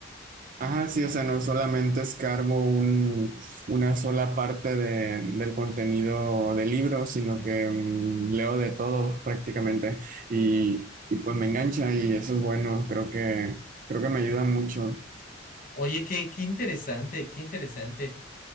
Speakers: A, on the right; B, on the left.
A: Ajá, sí, o sea, no solamente escarbo un- una sola parte de- del contenido del libro, sino que mm, leo de todo prácticamente y, y pues me engancha y eso es bueno, creo que, creo que me ayuda mucho.
B: Oye, qué, qué interesante, qué interesante.